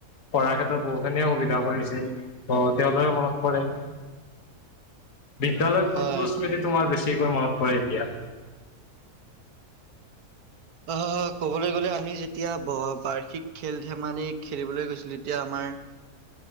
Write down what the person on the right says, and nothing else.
হয়
অ, ক'বলৈ গ'লে আমি যেত তিয়া ব বাৰ্ষিক খেল ধেমালি খেলিবলৈ গৈছিলো। তেতিয়া আমাৰ